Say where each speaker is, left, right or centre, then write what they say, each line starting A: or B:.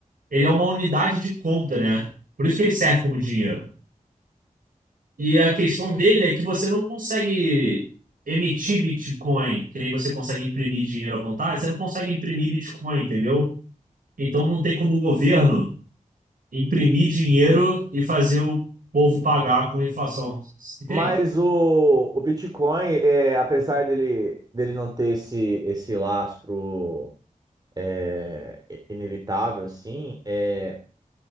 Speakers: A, on the right (about 75°); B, on the right (about 30°).
A: ele é uma unidade de conta, né? Por isso que ele serve como dinheiro. E a questão dele é que você não consegue emitir Bitcoin, que nem você consegue imprimir dinheiro à vontade, você não consegue imprimir Bitcoin, entendeu? Então não tem como o governo imprimir dinheiro e fazer o povo pagar com a inflação, entende?
B: Mas o, o Bitcoin, é, apesar dele, dele não ter esse, esse lastro é, inevitável, assim, é,